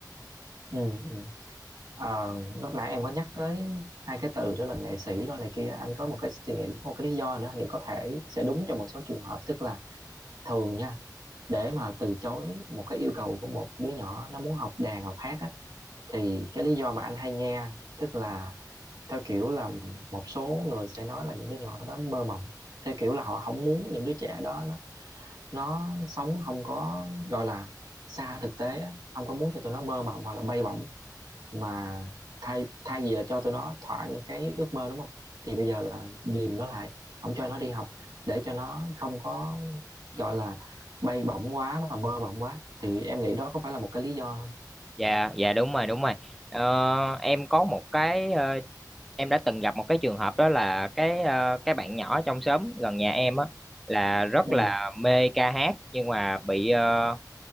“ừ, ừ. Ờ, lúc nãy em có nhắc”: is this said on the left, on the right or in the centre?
Right